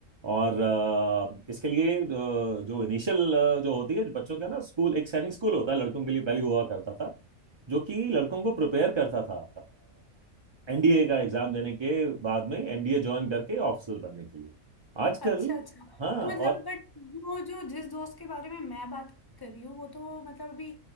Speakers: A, on the right; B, on the left.
A: और अ, इसके लिए अ, जो इनिशियल जो होती है बच्चों का ना स्कूल एक सैनिक स्कूल होता है लड़कों के लिए पहले हुआ करता था जो कि लड़कों को प्रिपेयर करता था एनडीए का एग्जाम देने के बाद में एनडीए ज्वाइन करके ऑफिसर बनने के लिए आजकल
B: अच्छा अच्छा
A: हाँ
B: तो मतलब
A: और
B: बट वो जो जिस दोस्त के बारे में मैं बात कर रही हूँ वो तो मतलब अभी